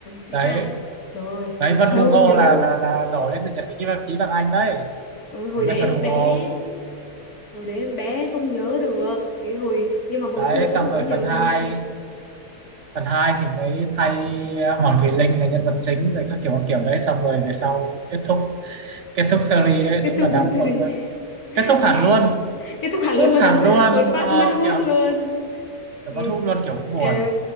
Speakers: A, on the left; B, on the right.
A: chị
B: đấy
A: Kha. Trời ơi,
B: đấy Vân
A: đâu
B: Hugo
A: nhớ.
B: là là là nổi lên từ Nhật ký vàng ký vàng anh đấy
A: Ừ, hồi
B: mình
A: đấy
B: biết
A: em
B: Vân Hugo
A: bé, hồi đấy em bé không nhớ được. Cái hồi nhưng mà hồi
B: đấy
A: xưa
B: xong
A: cũng có
B: rồi
A: nhiều
B: phần
A: phim
B: hai
A: hay.
B: phần 2 thì mới thay Hoàng Thùy Linh là nhân vật chính rồi các kiểu các kiểu đấy xong rồi về sau kết thúc kết thúc series
A: <laughs>
B: đấy
A: Kết
B: đúng
A: thúc
B: là đáng
A: series.
B: buồn luôn kết thúc
A: <laughs>
B: hẳn luôn
A: Kết thúc hẳn
B: cút
A: luôn,
B: hẳn luôn
A: <laughs> một phát
B: ờ,
A: mất hút
B: kìa
A: luôn.
B: kiểu
A: Ngày...
B: bắt hút luôn kiểu cũng buồn
A: Ờ.